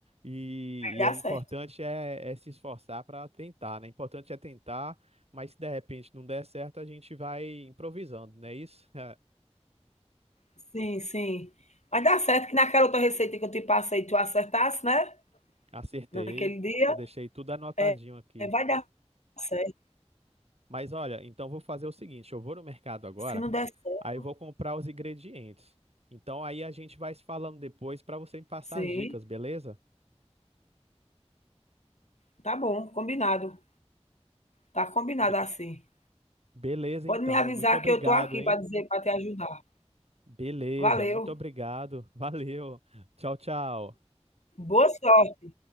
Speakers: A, on the right; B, on the left.
A: E,
B: vai dar
A: e é importante
B: certo.
A: é, é se esforçar para tentar, né? Importante é tentar mas se de repente não der certo, a gente vai improvisando, não é isso? <laughs>
B: Sim, sim. Vai dar certo que naquela outra receita que eu te passei, tu acertasse, né?
A: Acertei,
B: Naquele dia,
A: eu deixei tudo anotadinho
B: é,
A: aqui.
B: é, vai dar certo.
A: Mas olha, então vou fazer o seguinte: eu vou no mercado agora,
B: Se não der certo,
A: aí eu vou comprar os ingredientes. Então aí a gente vai se falando depois para você me passar
B: sim.
A: as dicas, beleza?
B: Tá bom, combinado. Tá combinado
A: Be-
B: assim.
A: beleza,
B: Pode
A: então.
B: me avisar
A: Muito obrigado,
B: que eu tô aqui
A: hein?
B: para dizer, para te ajudar.
A: Beleza,
B: Valeu.
A: muito obrigado. Valeu. <laughs> Tchau, tchau.
B: Boa sorte.